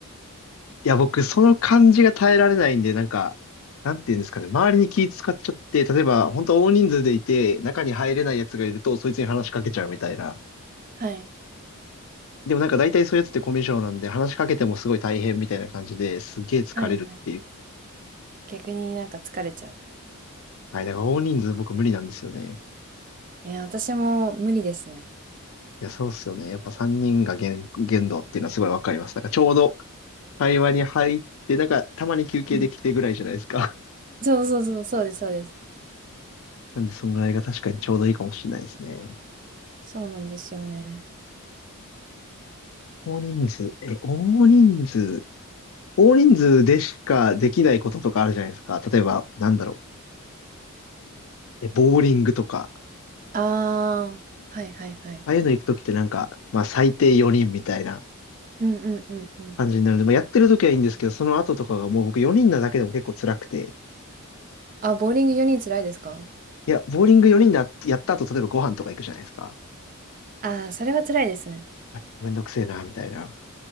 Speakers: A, on the left (about 65°); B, on the right (about 40°).
A: いや、僕、その感じが耐えられないんで、なんか、なんていうんですかね。周りに気使っちゃって、例えば、本当大人数でいて、中に入れないやつがいると、そいつに話しかけちゃうみたいな。
B: はい。
A: でもなんか大体そういうやつってコミュ障なんで、話しかけてもすごい大変みたいな感じですげえ疲れるっていう。
B: はいはい。逆になんか疲れちゃう。
A: はい。だから大人数僕無理なんですよね。
B: いや、私も無理ですね。
A: いや、そうっすよね。やっぱ3人が限、限度っていうのはすごいわかります。なんかちょうど会話に入って、なんか、たまに休憩できてぐらいじゃないですか。
B: うんそうそうそう、そうです、そうです。
A: <laughs> なんで、そんぐらいが確かにちょうどいいかもしれないですね。
B: そうなんですよね。
A: 大人数、え、大人数、大人数でしかできないこととかあるじゃないですか。例えば、なんだろう、え、ボーリングとか、
B: ああ、はいはいはい。
A: ああいうの行くときってなんか、まあ、最低4人みたいな
B: うんうんうんうん。
A: 感じになるので、まあ、やってるときはいいんですけど、その後とかがもう僕4人なだけでも結構辛くて、
B: あ、ボーリング4人辛いですか
A: いや、ボーリング4人だ、やった後、例えばご飯とか行くじゃないですか。
B: ああー、それは辛いですね。
A: あ、ちょっとめんどくせえな、みたいな。